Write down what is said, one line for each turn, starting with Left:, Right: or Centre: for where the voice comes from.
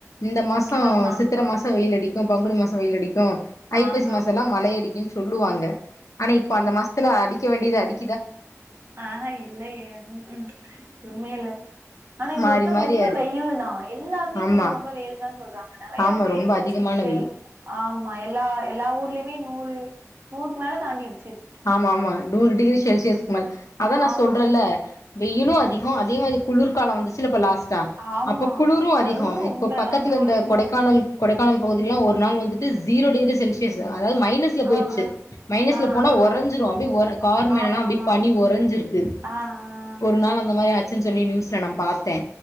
Left: இந்த மாச
Right: ஆமா
Left: சித்திரை மாச வெயில் அடிக்கு பங்குனி மாச வெயில் அடிக் கு ஐப்பசி
Right: ஆமா
Left: மாசல்லா மழை அடிக்குன்னு சொல்லுவாங்க ஆனா இப்ப அந்த மாசத்துல அடிக்க வேண்டியது அடி
Right: ஆஹ இல்லையே ம் ம் உண்மையே இல்ல ஆனா இந்த
Left: மாறி
Right: வட்ட
Left: மாறி
Right: ரொம்ப
Left: ஆயிருது
Right: வெயில்லு தா எல்லாருமே இந்த
Left: ஆமா
Right: வட்ட ரொம்ப வெயில்லுனுதா சொல்றாங்க நெறையாவே
Left: ஆமா ரொம்ப அதிகமான வெயில்
Right: எல் ஆமா எல்லா எல்லா ஊர்லிமே நூறு நூறுக்கு மேல தாண்டிற்
Left: ஆமா ஆமா நூறு டிகிரி செல்சியஸ்கு மேல அதா நா
Right: ஆமா
Left: சொல்றேல்ல வெயிலு அதிக அதே மாதிரி குளுர்க்கலா வந்துச்சுல்ல இப்ப லாஸ் ட்டா
Right: ஆமா
Left: அப்ப குளுரு அதிக
Right: அதுவு ரொம்பதா
Left: இப்ப பக்கத்தில
Right: காலைலலா
Left: இந்த கொடைக்கானல் கொடைக்கானல் பகுதில்லா ஒரு நாள் வந்துட் டு ஜீரோ டிகிரி சென்சியஸ் அதாவது மைனஸ்ல போயிருச்சு
Right: ஆ ஆ
Left: மைனஸ்ல
Right: ஆ
Left: போ போனா
Right: ஆ
Left: உறஞ்சிரு அப்டே உற கார் மேல
Right: ஆமா
Left: எல்லா அப்டி
Right: ஆமா
Left: பனி உறைஞ்சிருக்கு
Right: ஆ ஆ
Left: ஒரு நாள் அந்த மாரி ஆச்சுன்னு சொல்லி நியூஸ்ல நா பாத்தே